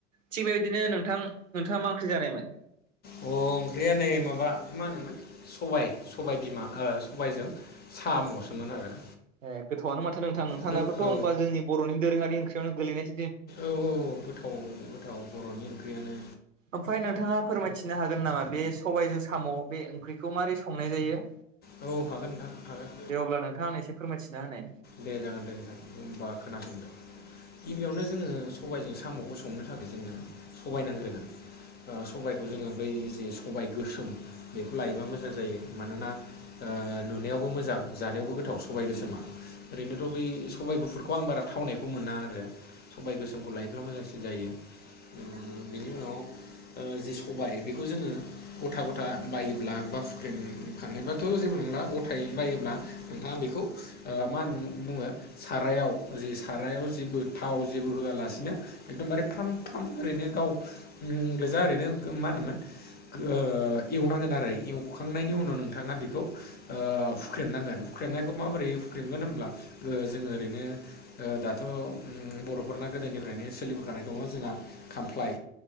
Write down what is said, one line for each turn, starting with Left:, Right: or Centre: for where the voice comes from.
Right: थिग बेबायदिनो नोंथां नोंथाङा मा ओंख्रि जानायमोन
Left: अ ओंख्रिया नै माबा मा होनोमोन सबाय सबाय बिमा ओ सबायजों साम'सोमोन आरो
Right: ए गोथौआनो माथो नोंथां नोंथाङनाबोथ'
Left: गो औ
Right: होमबा जोंनि बरनि दोरोङारि ओंखयावनो गोलैनाय
Left: औ औ गोथाव गोथाव बर'नि ओंख्रियानो
Right: ओमफ्राय नोंथाङा फोरमायथिनो हागोन नामा बे सबायजों साम' बे ओंख्रिखौ मारै संनाय जायो
Left: औ हागोन नोंथां हागोन
Right: दे अब्ला नोंथाङा आंनो एसे फोरमायथिना होनाय
Left: दे जागोन दे नोंथां होनथबा खोनासंदो गिबियावनो जोङो सबायजों साम'खौ संनो थाखाय जोङो सबाय नांग्रोगोन ओ सबायखौ जोङो बै जे सबाय गोसोम बेखौ लायोबा मोजां जायो मानोना ओ नुनायावबो मोजां जानायावबो गोथाव सबाय गोसोमा ओरैनोथ' बै सबाइ गुफुरखौ आं बारा थावनायखौ मोना आरो सबाय गोसोमखौ लायोब्ला मोजांसिन जायो उम
Right: गुद आफ्टारन
Left: बिनि
Right: फ्रन्ड
Left: उनाव ओ जि सबाय बेखौ जोङो गथा गथा बायोब्ला बा हुख्रेमनो थांनाय बाथ' जेबो नंला गथायै बायोब्ला नोंथाङा बेखौ ओ मा नो बुङो सारायाव जि सारायाव जे बे थाव जेबो होआलासिनो एकदमबारे फ्राम फ्राम ओरैनो गाव उम दा ओरैनो मा होनोमोन ओ एवनांगोन आरो एवखांनायनि उनाव नोंथाङा बेखौ ओ हुख्रेमनांगोन हुख्रेमनायखौ माबोरै हुख्रेमगोन ओ जोङो ओरैनो ओ दाथ' उ बर' फोरना गोदायनिफ्रायनो सोलिबोखानाय दङ जोंहा खामफ्लाय